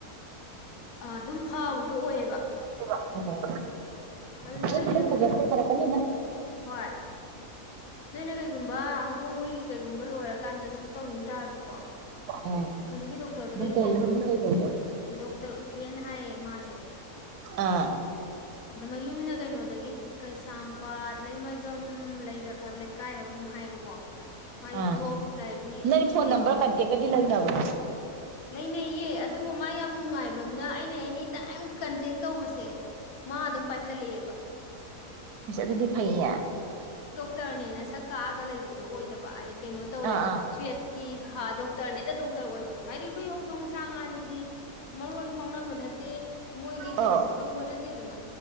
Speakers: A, on the left (about 70°); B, on the right (about 80°).
A: ꯑ ꯑꯗꯨꯝ ꯐꯥꯎꯕ ꯑꯗꯨꯣ ꯑꯣꯏꯌꯦꯕ
B: ꯑꯣ
A: ꯑꯗꯨꯅ
B: ꯑꯩ
A: ꯍꯌꯦꯡ
B: ꯐꯖ ꯐꯔꯛꯀꯅꯤꯗ
A: ꯍꯣꯏ ꯅꯣꯏꯅ ꯀꯩꯒꯨꯝꯕ ꯍꯧꯗꯣꯡ ꯍꯨꯏꯒꯤ ꯀꯩꯒꯨꯝꯕ ꯂꯣꯏꯔꯀꯥꯟꯗ ꯁꯨꯝ ꯇꯧꯅꯤꯡ ꯇꯥꯔꯁꯨꯀꯣ
B: ꯑꯥ
A: ꯍꯧꯖꯤꯛꯀꯤ ꯗꯣꯛꯇꯔꯗꯨꯗ
B: ꯑꯗꯨꯝ ꯇꯧ
A: ꯌꯦꯡꯕ
B: ꯃꯃꯤꯡ ꯀꯩ ꯀꯧꯒꯦ
A: ꯗꯣꯛꯇꯔ ꯎ ꯄꯅ ꯍꯥꯏꯌꯦ ꯃꯥꯁꯦ
B: ꯑꯥ
A: ꯑꯗ ꯃꯌꯨꯝꯅ ꯀꯩꯅꯣꯗꯒꯤ ꯀꯩꯁꯥꯝꯄꯥꯠ ꯂꯩꯃꯖꯝ ꯂꯩꯔꯛ ꯀꯥꯏ ꯀꯥꯏ ꯍꯥꯏꯕꯒꯨꯝ ꯍꯥꯏꯕꯀꯣ ꯃꯥꯒꯤ
B: ꯑꯥ
A: ꯇꯣꯞ ꯂꯥꯏꯕ꯭ꯔꯦꯔꯤ
B: ꯅꯪ
A: ꯑꯅꯤꯁꯨꯕ
B: ꯐꯣꯟ ꯅꯝꯕꯔ ꯀꯟꯇꯦꯛꯀꯗꯤ ꯂꯩꯅꯕ꯭ꯔꯣ
A: ꯂꯩꯅꯩꯌꯦ ꯑꯗꯨꯕꯨ ꯃꯥ ꯌꯥꯝ ꯅꯨꯡꯉꯥꯏ ꯑꯦꯕꯝꯅ ꯑꯩꯅ ꯑꯦꯅꯤ ꯇꯥꯏꯝ ꯀꯟꯇꯦꯛ ꯇꯧꯕꯁꯦ ꯃꯥ ꯑꯗꯨꯝ ꯄꯥꯏꯈꯠꯂꯛꯑꯦꯕ
B: ꯁ ꯑꯗꯨꯗꯤ ꯐꯩꯅꯦ
A: ꯇꯔꯅꯦꯅ ꯁꯛ ꯀꯥꯛꯑꯒ ꯂꯩꯕꯗꯣ ꯑꯣꯏꯗꯕ ꯑꯩ ꯀꯩꯅꯣ ꯇꯧꯋꯦꯕ
B: ꯑꯥ
A: ꯄꯦꯠꯀꯤ ꯍꯥ ꯗꯣꯛꯇꯔꯅꯦꯗ ꯗꯣꯛꯇꯔ ꯑꯣꯏꯕꯗꯣ ꯑꯗꯣ ꯍꯥꯏꯗꯤ ꯍꯨꯏ ꯍꯧꯗꯣꯡ ꯁꯥ ꯉꯥꯁꯤꯗꯤ ꯃꯔꯣꯟ ꯐꯥꯎꯅꯕ ꯅꯠꯇꯦ ꯃꯣꯏꯒꯤ ꯀꯩꯅꯣ
B: ꯑꯣ
A: ꯈꯪꯕ ꯅꯠꯇꯦꯗꯅ